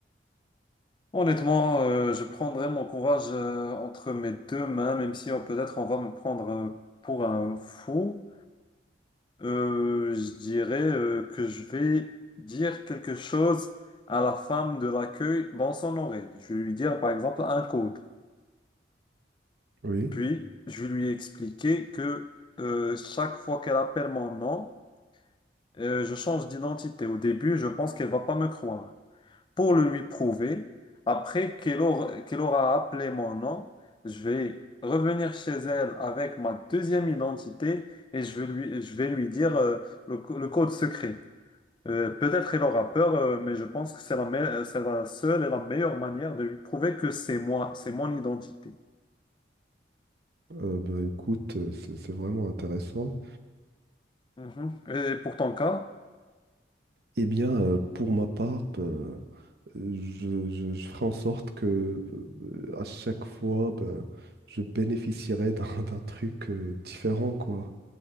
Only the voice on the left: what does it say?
Honnêtement, euh, je prendrais mon courage euh, entre mes deux mains, même si euh, peut-être on va me prendre euh, pour un fou. Euh, je dirais euh, que je vais dire quelque chose à la femme de l'accueil dans son oreille. Je vais lui dire par exemple un code.
Puis, je lui ai expliqué que euh, chaque fois qu'elle appelle mon nom, euh, je change d'identité. Au début, je pense qu'elle va pas me croire. Pour le lui prouver, après qu'elle aura, qu'elle aura appelé mon nom, je vais revenir chez elle avec ma deuxième identité et je vais lui, je vais lui dire euh, le, co- le code secret. Euh, peut-être elle aura peur, euh, mais je pense que c'est la, me- c'est la seule et la meilleure manière de lui prouver que c'est moi, c'est mon identité.
Mhm. Et pour ton cas?